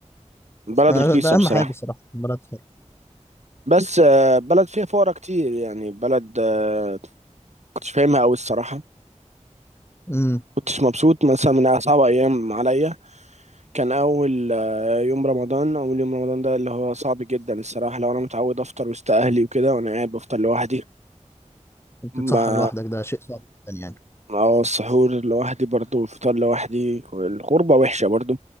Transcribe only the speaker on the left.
آه،
ده اهم
حاجة صراحة بلد حلوة
امم
تتسحر لوحدك ده شيء صعب جدا يعني